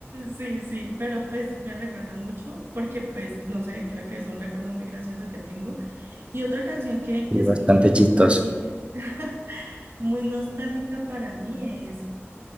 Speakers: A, on the right (about 60°); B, on the right (about 25°).
A: Sí, sí, pero pues me recuerda mucho porque pues no sé, creo que es un recuerdo muy gracioso que tengo. Y otra canción que, que
B: y
A: es
B: bastante
A: muy nostálgica,
B: chistoso.
A: <laughs> muy nostálgica para mí es